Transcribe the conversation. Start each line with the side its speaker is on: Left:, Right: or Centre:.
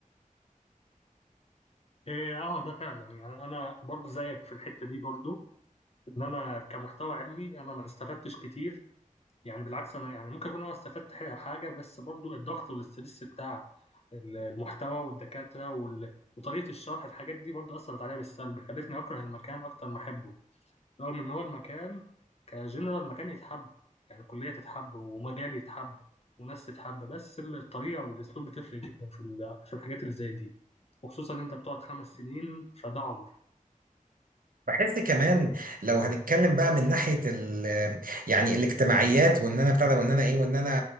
Left: ايه اه ده فعلا يعني انا برضو زيك في الحتة دي برضو ان انا كمحتوى علمي انا ما استفدتش كتير يعني بالعكس انا يعني ممكن اكون انا استفدت ح- حاجة بس برضو الضغط والاسترس بتاع ال- المحتوى والدكاترة وال- وطريقة الشرح الحاجات دي برضو أثرت عليا بالسلب خلتني أكره المكان أكتر ما أحبه رغم ان هو المكان كجنرال مكان يتحب يعني كلية تتحب ومجال يتحب وناس تتحب بس الطريقة والاسلوب بتفرق جدا في ال- في الحاجات اللي زي دي وخصوصا ان انت بتقعد خمس سنين فده عمر
Right: بحس كمان لو هنتكلم بقى من ناحية ال يعني الاجتماعيات وان انا بتاع ده وان انا ايه وان انا